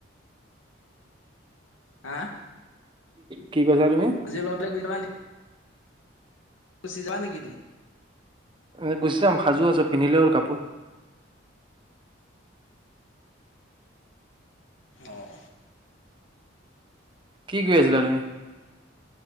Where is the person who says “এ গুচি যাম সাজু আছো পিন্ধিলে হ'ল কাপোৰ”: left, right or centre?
Right